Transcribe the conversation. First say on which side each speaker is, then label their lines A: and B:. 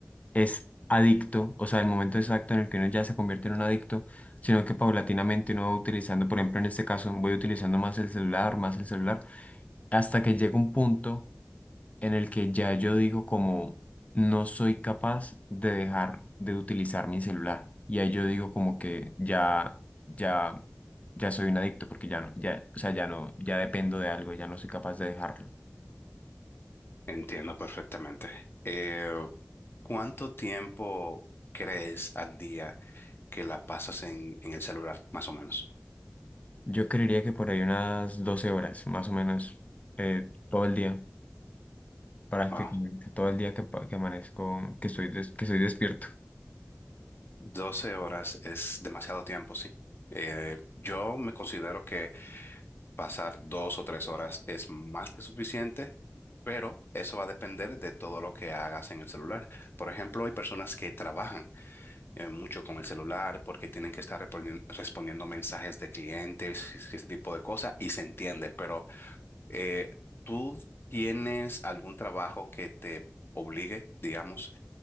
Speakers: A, on the left; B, on the left.
A: es adicto, o sea, el momento exacto en el que uno ya se convierte en un adicto, sino que paulatinamente uno va utilizando, por ejemplo, en este caso, voy utilizando más el celular, más el celular, hasta que llega un punto en el que ya yo digo como no soy capaz de dejar de utilizar mi celular. Y ahí yo digo como que ya, ya, ya soy un adicto porque ya no, ya, o sea, ya no, ya dependo de algo, ya no soy capaz de dejarlo.
B: Entiendo perfectamente. Eh, ¿cuánto tiempo crees al día que la pasas en, en el celular, más o menos?
A: Yo creería que por ahí unas 12 horas, más o menos, eh, todo el día. prácticamente
B: Wow.
A: todo el día que, pa- que amanezco, que estoy, des- que estoy despierto.
B: doce horas es demasiado tiempo, sí. Eh, yo me considero que pasar dos o tres horas es más que suficiente, pero eso va a depender de todo lo que hagas en el celular. Por ejemplo, hay personas que trabajan eh, mucho con el celular porque tienen que estar repondi- respondiendo mensajes de clientes, es- ese tipo de cosas, y se entiende, pero eh, ¿tú tienes algún trabajo que te obligue, digamos,